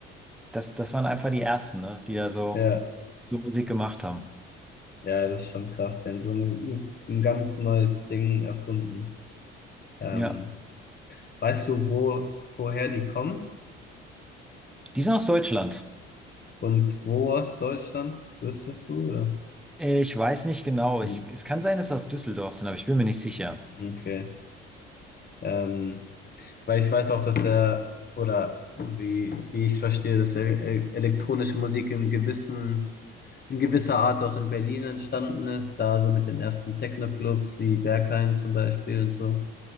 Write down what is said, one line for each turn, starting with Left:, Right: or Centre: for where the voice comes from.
Centre: das, das waren einfach die ersten, ne? Die da so,
Left: ja,
Centre: so Musik gemacht haben.
Left: ja, das ist schon krass. Die haben so ein, ein ganz neues Ding erfunden. Ähm,
Centre: Ja.
Left: weißt du, wo, woher die kommen?
Centre: Die sind aus Deutschland.
Left: Und wo aus Deutschland? Wüsstest du, oder?
Centre: Äh, Ich weiß nicht genau.
Left: Hm.
Centre: Ich, es kann sein, dass sie aus Düsseldorf sind, aber ich bin mir nicht sicher.
Left: Okay. Ähm, Weil ich weiß auch, dass er, oder wie, wie ich es verstehe, dass er, äh, elektronische Musik in gewissen, in gewisser Art auch in Berlin entstanden ist, da so mit den ersten Techno-Clubs wie Berghain zum Beispiel und so.